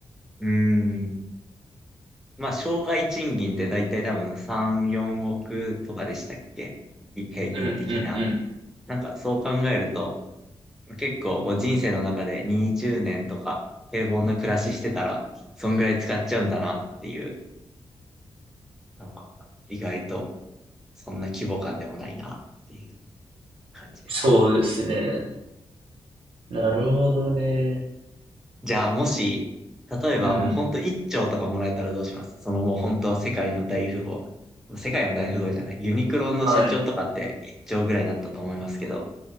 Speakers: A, in the centre; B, on the right (about 75°).
A: うん。まあ、障害賃金って大体多分3、4億とかでしたっけ平均的な。
B: うんうんうん。
A: なんかそう考えると、結構こう人生の中で20年とか平凡な暮らししてたら、そんぐらい使っちゃうんだなっていう、なんか意外とそんな規模感でもないなっていう感じですよ。
B: そうですね。なるほどね。
A: じゃあもし、例えばもうほんと1兆とかもらえたらどうしますそのもうほんと世界の大富豪。
B: うん。
A: 世界の大富豪じゃない。ユニクロの社長とかって1兆ぐらいだったと思いますけど、
B: はい。